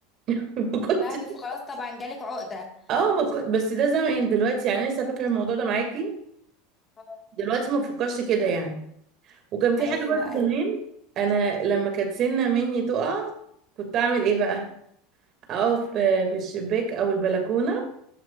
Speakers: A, on the right; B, on the left.
A: <laughs> ما كنت
B: لا هو خلاص طبعا جالك عقدة
A: اه ما كنت بس ده زمان دلوقتي يعني لسه فاكره الموضوع ده معاكي
B: اه،
A: دلوقتي ما بفكرش كده يعني وكان في
B: ايوه
A: حاجه برضه
B: ايوه
A: زمان انا لما كانت سنه مني تقع كنت اعمل ايه بقى اقف
B: مم.
A: في في الشباك او البلكونه